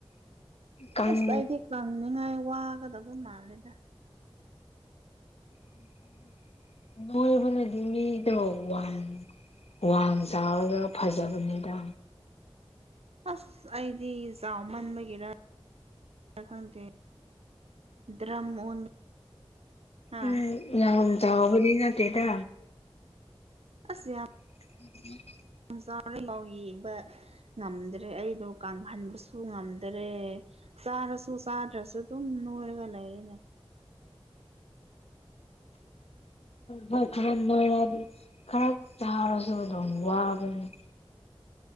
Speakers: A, on the left; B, on the right.
A: ꯀꯪ
B: ꯑꯁ ꯑꯩꯗꯤ ꯀꯪꯅꯤꯡꯉꯥꯏ ꯋꯥꯒꯗꯕ ꯃꯥꯜꯂꯦꯗ
A: <inaudible> ꯅꯣꯏꯕꯅꯗꯤ ꯃꯤꯗꯣ ꯋꯥꯡ ꯋꯥꯡ ꯆꯥꯎꯔꯒ ꯐꯖꯕꯅꯤꯗ
B: ꯑꯁ ꯑꯩꯗꯤ ꯆꯥꯎꯃꯟꯕꯒꯤꯔ ꯈꯪꯗꯦ ꯗ꯭ꯔꯝ ꯑꯣꯟ ꯍꯥ
A: ꯎꯝ ꯌꯥꯝ ꯆꯣꯏꯕꯗꯤ ꯅꯇꯦꯗ
B: ꯑꯁ ꯌꯥ
A: <unintelligible>
B: <inaudible> ꯌꯦꯡꯕ ꯉꯝꯗ꯭ꯔꯦ ꯑꯩꯗꯣ ꯀꯪꯍꯟꯕꯁꯨ ꯉꯝꯗꯔꯦ ꯆꯥꯔꯁꯨ ꯆꯥꯗ꯭ꯔꯁꯨ ꯑꯗꯨꯝ ꯅꯣꯏꯔꯒ ꯂꯩꯔꯅꯦ
A: ꯍꯣꯏ ꯈꯔ ꯅꯣꯏꯔꯗꯤ ꯈꯔ ꯆꯥꯔꯁꯨ ꯑꯗꯨꯝ ꯋꯥꯒꯅꯤ